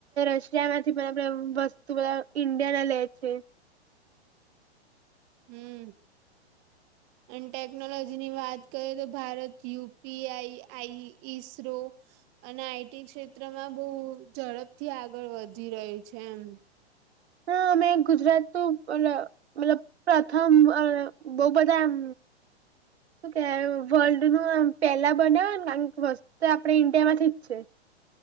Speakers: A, on the right; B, on the right.
A: રશિયા માંથી પણ આપણે વસ્તુ બધા ઈન્ડિયા ના લે છે.
B: હમ્મ. અને ટેકનોલોજી ની વાત કરીએ તો ભારત યુ. પી. આઈ. આઈ ઈસરો અને આઈટી ક્ષેત્રમાં બહુ ઝડપથી આગળ વધી રહ્યું છે એમ.
A: હા અમે ગુજરાત તો અન મતલબ પ્રથમ બહું બધામ શું કે વલ્ડ નું પેલા બનેયા કણ વસ્ત તો આપણે ઈન્ડિયામાંથી જ છે.